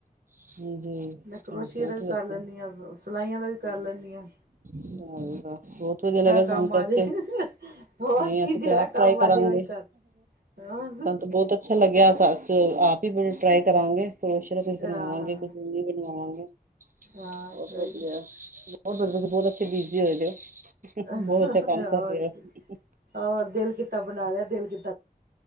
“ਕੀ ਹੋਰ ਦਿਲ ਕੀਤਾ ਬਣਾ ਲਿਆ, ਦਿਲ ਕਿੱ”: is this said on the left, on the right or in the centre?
Right